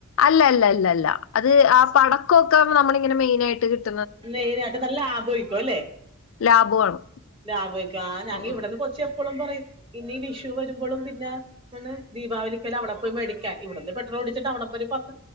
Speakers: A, on the left; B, on the right.
A: അല്ലല്ലല്ലല്ല അത് ആ പടക്കൊക്കെ നമ്മളിങ്ങനെ മെയിനായിട്ട് കിട്ട്
B: മെയിനായിട്ട് നല്ല ലാഭായിക്കും അല്ലേ?
A: ലാബു ആണ്
B: ലാഭായിക്കും. ആ ഞാനിവടന്ന്
A: ഉം ഉം
B: കൊച്ച്‌ എപ്പോഴും പറയും. ഇനി വിഷു വരുമ്പോളും പിന്നെ ആണ് ദീപാവലിക്കലൊ അവിടെ പോയി മേടിക്കാൻ. ഇവിടുന്ന് പെട്രോളടിച്ചിട്ട് അവിടെന്നൊരു പത്